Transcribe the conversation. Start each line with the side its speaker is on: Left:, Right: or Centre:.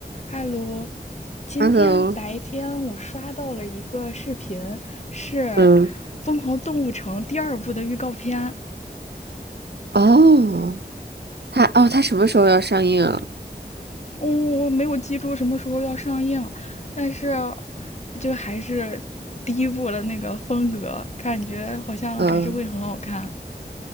Left: 嗨，卢，今天白天我刷到了一个视频，
Right: h e
Left: 是
Right: 嗯，
Left: 《疯狂动物城》第二部的预告片。
Right: 哦，它哦，它什么时候要上映啊？
Left: 嗯，我没有记住什么时候要上映，但是就还是第一部的那个风格，感觉好像还是会很好看。
Right: 嗯，